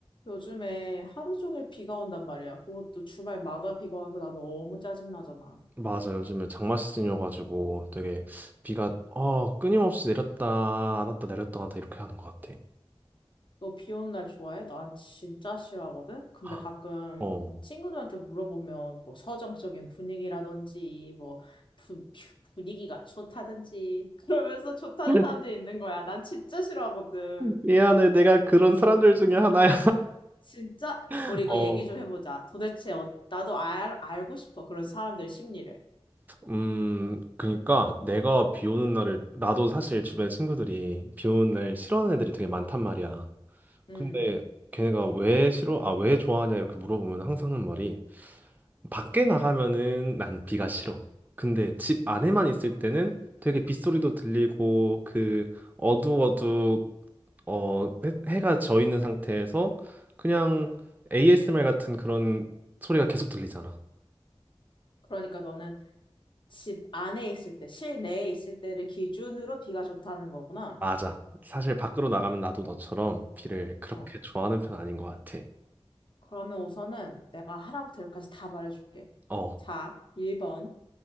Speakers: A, on the left; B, on the right.
A: 요즘에 하루 종일 비가 온단 말이야. 그것도 주말마다 비가 와서 나 너무 짜증나잖아.
B: 맞아. 요즘에 장마 시즌이어가지고 되게 비가 어 끊임없이 내렸다 안 왔다 내렸다 안 왔다 이렇게 하는 것 같아.
A: 너 비 오는 날 좋아해? 난 진짜 싫어하거든? 근데
B: <gasps> 아,
A: 가끔
B: 어.
A: 친구들한테 물어보면 뭐 서정적인 분위기라든지 뭐 부, 부- 분위기가 좋다든지 <laughs> 그러면서 좋다는
B: <laughs>
A: 사람들이 있는 거야. 난 진짜 싫어하거든.
B: 미안해, 내가 그런 사람들 중에 하나야.
A: 진짜?
B: <laughs>
A: 우리 이거
B: 어.
A: 얘기 좀 해보자. 도대체 어, 나도 알, 알고 싶어. 그런 사람들의 심리를.
B: 음, 그니까 내가 비 오는 날을 나도 사실 주변에 친구들이 비 오는 날 싫어하는 애들이 되게 많단 말이야.
A: 음.
B: 근데 걔네가 왜 싫어? 아, 왜 좋아하냐 이렇게 물어보면 항상 하는 말이 밖에 나가면은 난 비가 싫어. 근데 집 안에만 있을 때는 되게 빗소리도 들리고 그 어두워두 어 해, 해가 져 있는 상태에서 그냥 ASMR 같은 그런 소리가 계속 들리잖아.
A: 그러니까 너는 집 안에 있을 때, 실내에 있을 때를 기준으로 비가 좋다는 거구나.
B: 맞아. 사실 밖으로 나가면 나도 너처럼 비를 그렇게
A: 어.
B: 좋아하는 편 아닌 것 같아.
A: 그러면 우선은 내가 하나부터 열까지 다 말해줄게.
B: 어.
A: 자, 1번.